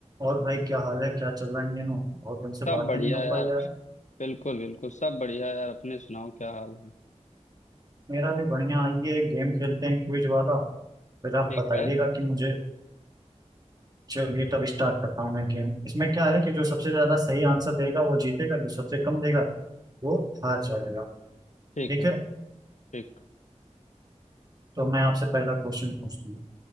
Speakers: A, on the right; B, on the left.
A: और भाई क्या हाल है क्या चल रहा है इन दिनों बहुत दिन से
B: सब
A: बातें
B: बढ़िया
A: नहीं हो
B: यार
A: पाई यार
B: बिल्कुल बिल्कुल सब बढ़िया यार अपने सुनाओ क्या हाल है
A: मेरा भी बढ़िया आइए एक गेम खेलते हैं क्विज वाला फिर आप
B: ठीक
A: बताइएगा
B: है
A: कि मुझे चलिए तब स्टार्ट करता हूँ मैं गेम इसमें क्या है कि जो सबसे ज्यादा सही आंसर देगा वो जीतेगा जो सबसे कम देगा वो हार जाएगा
B: ठीक
A: ठीक
B: है
A: है
B: ठीक
A: तो मैं आपसे पहला क्वेश्चन पूछती हूँ